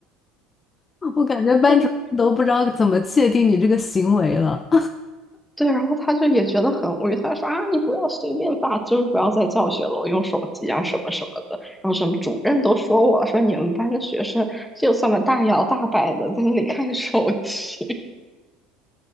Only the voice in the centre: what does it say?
嗯，对。然后他就也觉得很无语，他说啊，你不要随便发，就是不要在教学楼用手机啊什么什么的。然后什么主任都说我了，说你们班的学生就这么大摇大摆的在那里看手机。